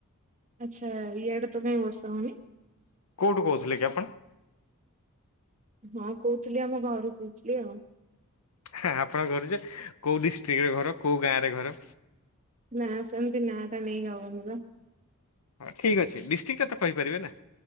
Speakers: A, on the right; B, on the left.
A: ଆଚ୍ଛା ଇଆଡ଼େ ତ କାଇଁ ବର୍ଷା ହୋଉନି।
B: କୋଉଠୁ କହୁଥିଲେ କି ଆପଣ?
A: ହଁ କହୁଥିଲି ଆମ ଘରୁ କହୁଥିଲି ଆଉ।
B: ହଁ ଆପଣଙ୍କ ଘରୁ ଯେ କୋଉ ଡିଷ୍ଟ୍ରିକ୍ଟ ରେ ଘର, କୋଉ ଗାଁ ରେ ଘର?
A: ନା ସେମିତି ନା ଟା ନେଇକି ହବନି ପା।
B: ହଁ ଠିକ୍ ଅଛି ଡିଷ୍ଟ୍ରିକଟା ତ କହିପାରିବେ ନା?